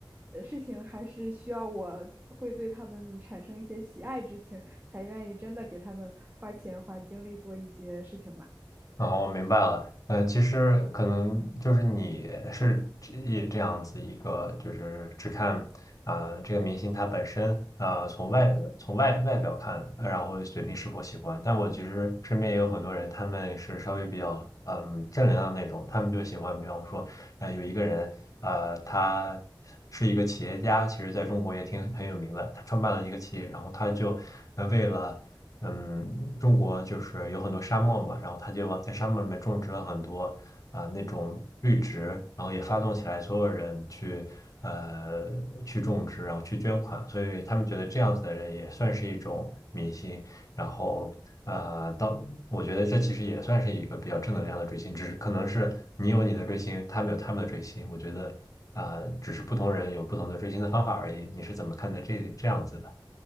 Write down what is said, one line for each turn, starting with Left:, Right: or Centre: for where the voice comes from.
Right: 呃事情还是需要我会对他们产生一些喜爱之情，才愿意真的给他们花钱花精力做一些事情吧。
Left: 啊，我明白了。呃，其实可能就是你是这也这样子一个，就是只看啊、这个明星他本身啊、从外从外外表看，然后决定是否喜欢。但我其实身边也有很多人，他们是稍微比较嗯正能量那种，他们就喜欢，比方说，呃，有一个人，啊，他是一个企业家，其实在中国也挺很有名的，他创办了一个企业，然后他就呃为了。嗯，中国就是有很多沙漠嘛，然后他就往在沙漠里面种植了很多啊、那种绿植，然后也发动起来所有人去呃去种植，然后去捐款，所以他们觉得这样子的人也算是一种明星，然后呃，到我觉得这其实也算是一个比较正能量的追星，只是可能是你有你的追星，他们有他们的追星，我觉得啊、呃只是不同人有不同的追星的方法而已。你是怎么看待这这样子的？